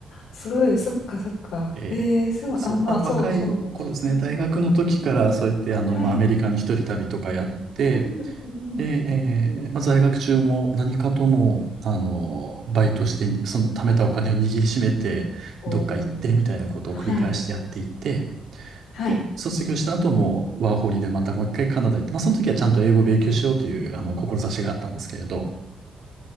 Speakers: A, on the left; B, on the right.
A: すごい、そっかそっか。
B: えーそう、
A: ええ、そう、あ、まあ、
B: まあ、
A: そうそうなんですね。
B: 若い頃ですね、大学の時から、
A: うん。
B: そうやって、あの、
A: はい。
B: まあ、アメリカの一人旅とかやって、
A: うんうんうん。
B: で、えーまあ、在学中も何かとも、あの、バイトして、その貯めたお金を握りしめて、
A: おー
B: どっか行って、みたいなことを繰り返してやっていて、
A: はい。はい。
B: で、卒業した後も、ワーホリでまたもう一回カナダ行って、まあ、その時はちゃんと英語を勉強しようという、あの、志があったんですけれど、